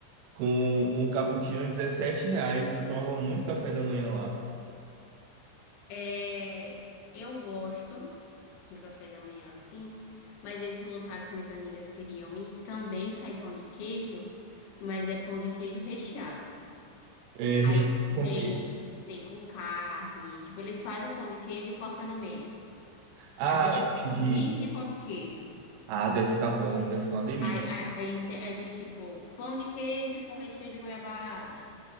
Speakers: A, on the right; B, on the left.
A: com um cappuccino de 17 reais. Eu tomava muito café da manhã lá.
B: É, eu gosto. de café da manhã assim, mas esse local que minhas amigas queriam ir também sai pão de queijo, mas é pão de queijo recheado.
A: É, recheio
B: Aí tipo,
A: com
B: tem
A: o quê?
B: tem com carne, tipo eles fazem o pão de queijo e cortam no meio.
A: Ah,
B: Aí faz tipo
A: entendi.
B: um sanduíche de pão de queijo.
A: Ah, deve ficar bom, deve ficar uma delícia.
B: Aí, aí, aí tem, aí tem, tipo pão de queijo com recheio de goiabada,